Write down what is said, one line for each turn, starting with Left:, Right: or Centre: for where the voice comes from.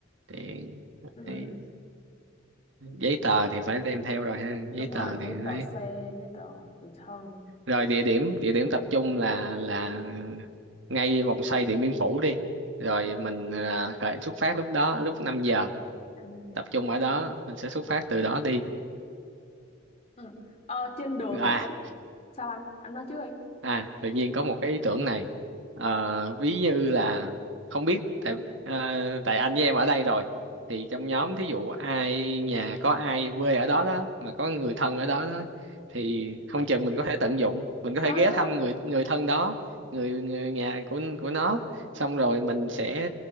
Right: tiền
Left: ừ,
Right: hay giấy tờ thì phải đem theo rồi ha giấy
Left: đúng
Right: tờ
Left: rồi
Right: thì
Left: giấy
Right: nói
Left: tờ xe giấy tờ tùy thân
Right: rồi địa điểm địa điểm tập trung là là ngay vòng xoay Điện Biên Phủ đi rồi
Left: ừ.
Right: mình à, khởi xuất phát lúc đó lúc năm giờ
Left: 5 giờ
Right: tập trung ở đó mình sẽ xuất phát từ đó đi
Left: ừ. Ờ, trên đường
Right: à
Left: có cái sao anh anh nói trước đi
Right: À, tự nhiên có một cái ý tưởng này. Ờ, ví như là không biết tại ờ, tại anh với em ở đây rồi thì trong nhóm thí dụ ai nhà có ai quê ở đó đó mà có người thân ở đó đó thì không chừng mình có thể tận dụng, mình có
Left: Ờ,
Right: thể ghé thăm người người thân đó, người, người nhà của của nó. Xong rồi mình sẽ